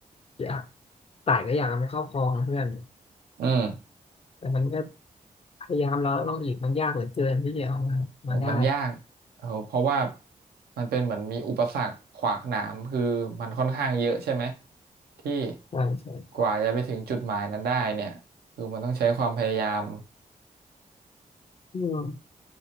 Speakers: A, on the left; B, on the right.
A: ยากสายก็อยากไมนเข้าคลองนะเพื่อน
B: อืม
A: แต่มันก็พยายามแล้วลองอีกมันยากเหลือเกินที่จะเอามามาได้
B: อ๋อมันยากเออเพราะว่ามันเป็นเหมือนมีอุปสรรคขวากหนามคือมันค่อนข้างเยอะใช่ไหมที่
A: ใช่ใช่
B: กว่าจะไปถึงจุดหมายนั้นได้เนี่ยคือมันต้องใช้ความพยายาม
A: อืม